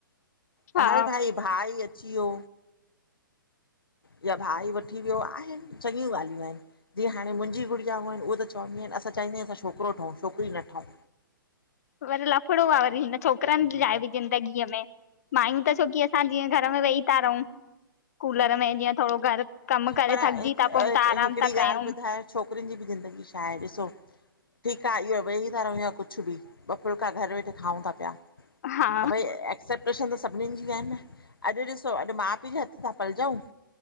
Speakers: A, on the left; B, on the left.
A: त
B: हा
A: हल भाई भाउ ही अची वियो। या भाई वठी वियो आहिन, चङियूं ॻाल्हियूं आहिन जीअं हाणे मुंजी उ त चंइंदी आहिन असां चाहिदायूं असां छोकिरो ठहूं, छोकिरी ना ठहूं।
B: वरी लफड़ो आ वरी हिन छोकिरनि लाए बि ज़िंदगीअ में। माययूं त छोकी असां जीअं घर में वेही था रहूं कूलर में जीअं थोड़ो घरु कमु करे
A: पर
B: थकिजी था पऊं त आराम
A: हिकड़ी
B: था
A: ॻाल्हि
B: कयूं।
A: ॿुधायो छोकिरियुनि जी बि ज़िंदगी छा आहे ॾिसो। ठीकु आ इहो वेई था रहूं कुछ बि, ॿ फुलका घरु वेठे खाऊं था पिया।
B: हा
A: त भई एक्सेप्टेशन त सभिनीनि जी आहे न, अॼु ॾिसो अॼु माउ पीउ जे हथ सां पलजाऊं!